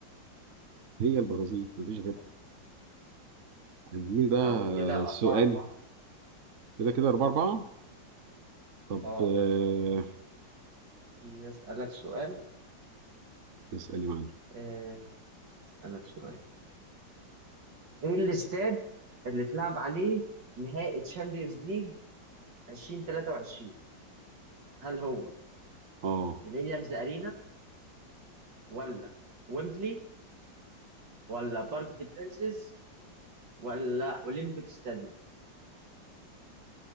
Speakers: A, on the right; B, on the right.
A: هي البرازيل مفيش غيرها
B: طيب
A: عايزين بقى
B: هقول
A: آه،
B: كده
A: سؤال
B: أربعة أربعة
A: كده كده أربعة أربعة طب
B: اه
A: آه،
B: خليني أسألك سؤال
A: اسأل يا معلم
B: آه، أسألك سؤال إيه الاستاد اللي اتلعب عليه نهائي تشامبيونز ليج 2023 هل هو
A: اه
B: الإليانز أرينا ولا ويمبلي ولا بارك دي برينسز ولا أولمبيك ستاديوم